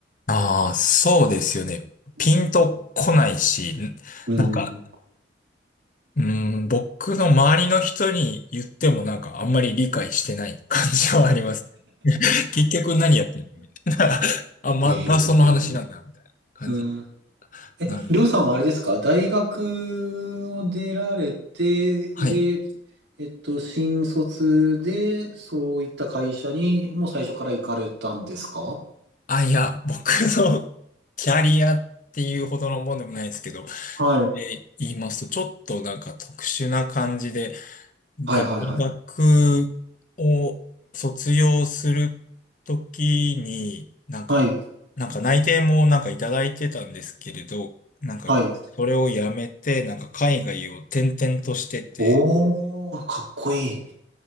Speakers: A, on the left; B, on the right.
A: ああ、そうですよね。
B: うん。
A: ピンとこないし、
B: うん。
A: なんか、うん、僕の周りの人に言ってもなんかあんまり理解してない感じはありますね。<laughs> 結局何やってる <laughs> あ、またその話なんだ、
B: えー、
A: みたいな感じ。
B: うん。
A: なる。
B: りょうさんはあれですか大学を出られて、
A: はい。
B: で、えっと、新卒で、そういった会社に、もう最初から行かれたんですか
A: あ、いや、僕の <laughs> キャリアっていうほどのもんでもないですけど、
B: はい。
A: で言いますと、ちょっとなんか特殊な感じで、大学を卒業するときに、
B: はい、はい、はい。
A: なんか、
B: はい、
A: なんか内定もなんかいただいてたんですけれど、なんか、
B: はい。
A: それをやめて、なんか海外を転々としてて、
B: おー、かっこいい。